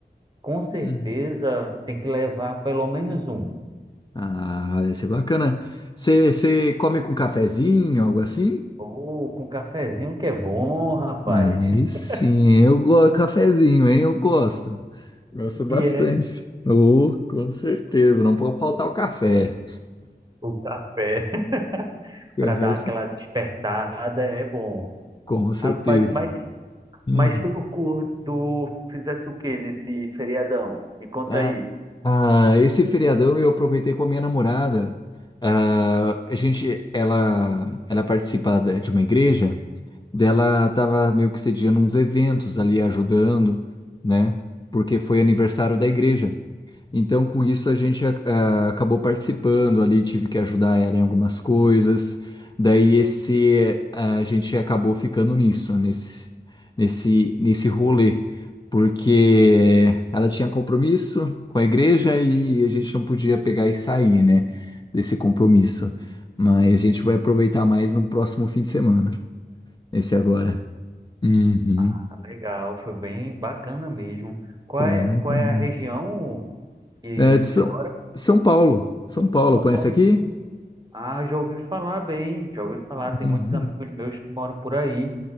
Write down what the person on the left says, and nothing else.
Hum.
Ah, deve ser bacana. Você você come com cafezinho, algo assim?
Aí
sim, eu gosto cafezinho, hein? Eu gosto. Gosto bastante.
Oh, com certeza, não pode faltar o café.
Café
sim,
com certeza.
Hum.
Ah,
ah, esse feriadão eu aproveitei com a minha namorada. Ah, a gente, ela, ela participa da- de uma igreja, dela tava meio que sediando uns eventos ali, ajudando, né? Porque foi aniversário da igreja. Então, com isso, a gente ac- ah, acabou participando ali, tive que ajudar ela em algumas coisas. Daí, esse, a gente acabou ficando nisso, nesse, nesse, nesse rolê, porque ela tinha compromisso com a igreja e a gente não podia pegar e sair, né, desse compromisso. Mas a gente vai aproveitar mais no próximo fim de semana, esse agora. Uhum,
foi
bem bacana.
É, de
São,
São Paulo, São Paulo,
conhece
aqui?
Uhum.